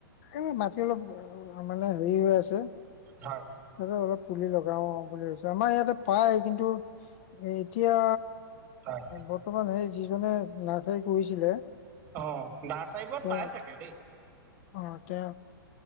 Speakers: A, on the left (about 35°); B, on the right (about 15°).
A: এইবোৰ মাটি অলপ মানে হেৰি হৈ আছে।
B: হয়।
A: ততে অলপ পুলি লগাও বুলি কৈছে আমাৰ ইয়াতে পায় কিন্তু এ এতিয়া
B: হয়।
A: বৰ্তমান সেই যিজনে নাৰ্চাৰী কৰিছিলে।
B: অ নাৰ্চাৰী বোৰত
A: তেওঁ
B: পাই চাগে দেই।
A: অ তে